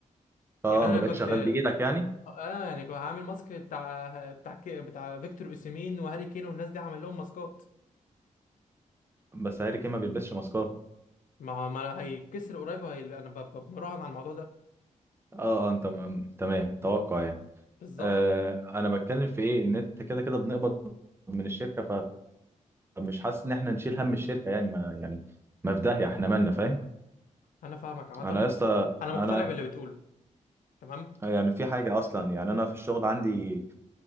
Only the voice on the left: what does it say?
يعني انا
كنت
اه
آه، يعني كنت هعمل ماسك بتاع بتاع ك- بتاع فيكتور اوسيمين وهاري كين والناس دي هعمل لهم ماسكات
ما هو ما هيتكسر قريب وهي... انا ب... ب- مراهن على الموضوع ده
بالظبط
انا فاهمك عامه
انا مق...
انا مقتنع
باللي بتقوله تمام